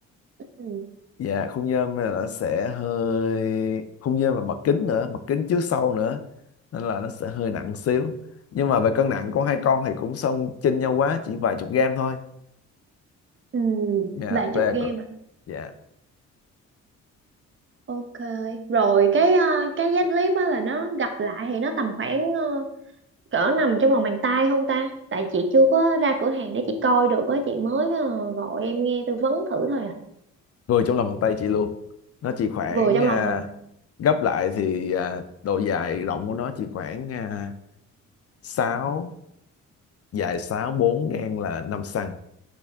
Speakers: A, on the right; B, on the left.
A: ừ
B: dạ khung nhôm là nó sẽ hơi khung nhôm và mặt kính nữa mặt kính trước sau nữa nên là nó sẽ hơi nặng xíu nhưng mà về cân nặng con hai con thì cũng không chênh nhau quá chỉ vài chục gram thôi
A: ừ
B: dạ
A: vài
B: về
A: chục game
B: cỡ-
A: à
B: dạ
A: ok rồi cái ờ, cái dắt clip á là nó gặp lại thì nó tầm khoảng ờ, cỡ nằm trong lòng bàn tay không ta tại chị chưa có ra cửa hàng để chị coi được á chị mới ờ, gọi em nghe tư vấn thử thôi à
B: vừa trong lòng bàn tay chị luôn nó chỉ khoảng
A: vừa trong
B: à,
A: lòng bàn tay
B: gấp lại thì à, độ dài rộng của nó chỉ khoảng à, 6 dài 6 bốn ngang là 5 xăng